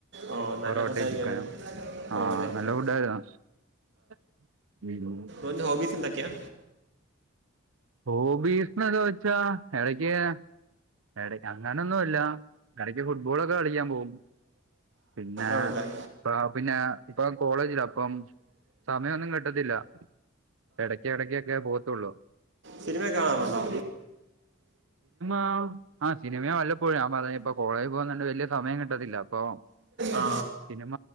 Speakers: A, on the right; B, on the right.
A: ഓ
B: പൊറോട്ടയും,
A: നല്ല ഫുഡായിരിക്കും
B: ചിക്കനും ആഹ്‌
A: ഓ നൈസ്
B: നല്ലഫുഡായിരുന്നോ <inaudible>
A: ഓന്റെ ഹോബീസെന്തൊക്കയാ..
B: ഹോബീസെന്നൊക്കെ വെച്ചാ എടക്ക് ഇടക്കങ്ങനെയൊന്നുമില്ല, ഇടക്ക്ഫുട്ബോളൊക്കെ കളിക്കാൻ പോകും പിന്നെ
A: ആണല്ലേ
B: ആഹ് പിന്നെ ഇപ്പൊ കോളേജിലാ ഇപ്പം സമയൊന്നും കിട്ടത്തില്ല ഇടയ്ക്കിടയ്ക്കൊക്കെ പോകത്തുള്ളൂ
A: സിനിമയൊക്കെ കാണാറുണ്ടോ?
B: ആമ് ആഹ് സിനിമ വല്ലപ്പോഴ ഞാൻപറ ഇപ്പൊ കോളേജിൽ പോകുന്നുണ്ട് വലിയ സമയംകിട്ടത്തില്ല. അപ്പൊസിനിമ,
A: ആ